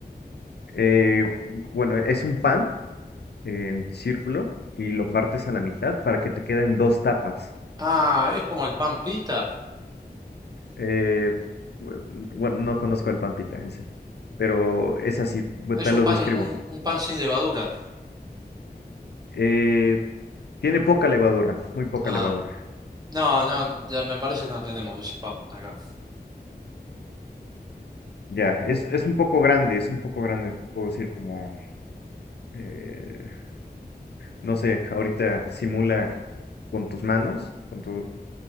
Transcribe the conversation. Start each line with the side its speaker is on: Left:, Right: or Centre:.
Left: Eh, bueno, es un pan eh, en círculo y lo partes a la mitad para que te queden dos tapas.
Right: Ah, es como el pan pita.
Left: Eh, bueno, bueno, no conozco al Pampita ese, pero es así, bu-
Right: Es
Left: te
Right: un
Left: lo
Right: pan,
Left: describo.
Right: un, un pan sin levadura.
Left: Eh, tiene poca levadura, muy poca
Right: Ah,
Left: levadura.
Right: no, no, ya me parece que no tenemos ese pan acá.
Left: Ya, es, es un poco grande, es un poco grande, puedo decir como, eh, no sé, ahorita simula con tus manos, con tu